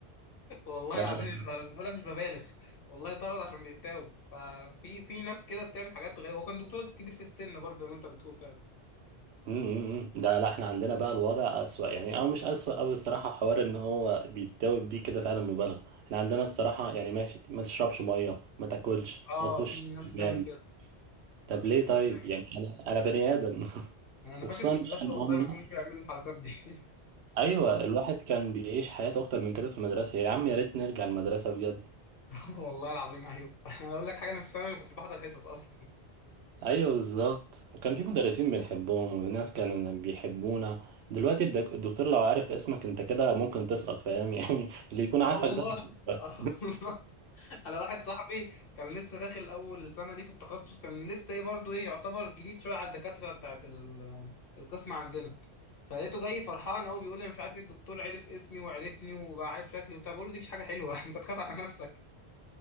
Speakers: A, on the left (about 60°); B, on the right (about 75°).
A: والله
B: لا
A: العظيم
B: لا لا
A: أنا بقول لك مش ببالغ والله طرد عشان بيتاهب ففي في ناس كده بتعمل حاجات غريبه هو كان دكتور كبير في السن برضه زي ما انت بتقول فعلا
B: م- م- م. ده لا احنا عندنا بقى الوضع اسوأ يعني او مش اسوأ او الصراحة حوار ان هو بيتداوب دي كده فعلا مبالغة احنا عندنا الصراحة يعني ماشي ما تشربش مية ما تاكلش
A: اه
B: ما تخش
A: في ناس بتعمل
B: حمام
A: كده
B: طب ليه طيب
A: ناس بتعمل-
B: يعني انا انا بني ادم <laughs>
A: انا
B: وخصوصا
A: فاكر في المدرسه
B: بقى ان
A: والله
B: هم
A: ما كانوش بيعملوا الحركات دي <laughs>
B: ايوه الواحد كان بيعيش حياته اكتر من كده في المدرسة يا عم يا ريت نرجع المدرسة بجد
A: <laughs> والله العظيم ايوه <laughs> انا اقول لك حاجه انا في الثانوي ما كنتش بحضر حصص اصلا
B: ايوه بالظبط وكان في مدرسين بنحبهم وفي ناس كانوا بيحبونا دلوقتي الدك- الدكتور لو عارف اسمك انت كده ممكن تسقط فاهم يعني <laughs> اللي يكون
A: بس-
B: عارفك
A: اه والله
B: ده هيحبك.
A: آه والله. <laughs> انا واحد صاحبي كان لسه داخل اول سنه دي في التخصص كان لسه ايه برضه ايه يعتبر جديد شويه على الدكاتره بتاعت ال- آه، القسم عندنا فلقيته جاي فرحان قوي بيقول لي أنا مش عارف ايه الدكتور عرف اسمي وعرفني وبقى عارف شكلي وبتاع بقول له دي مش حاجه حلوه <laughs> انت تخاف على نفسك